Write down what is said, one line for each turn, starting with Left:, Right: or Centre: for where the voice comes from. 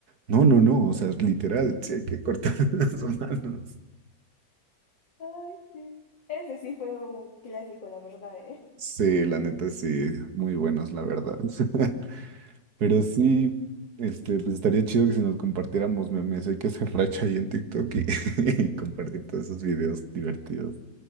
Right: No, no, no, o sea, literal, sí hay que cortar <laughs> las manos.
Left: Ay, sí. Ese sí fue un clásico, la verdad, ¿eh?
Right: Sí, la neta, sí, muy buenos, la verdad. <laughs> Pero sí, este, pues estaría chido que si nos compartiéramos memes, hay que hacer racha ahí en TikTok y, <laughs> y compartir todos esos videos divertidos.